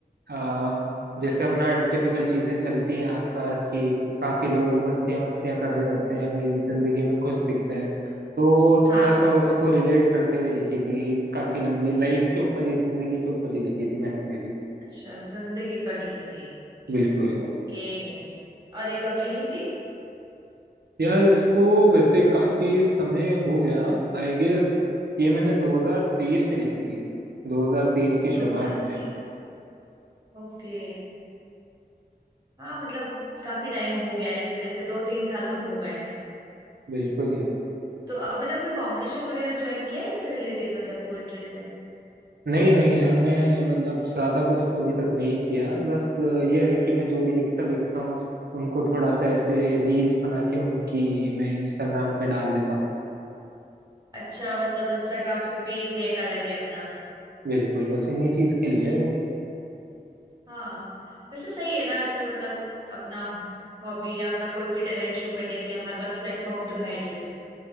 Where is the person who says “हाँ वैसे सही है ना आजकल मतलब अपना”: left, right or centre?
Right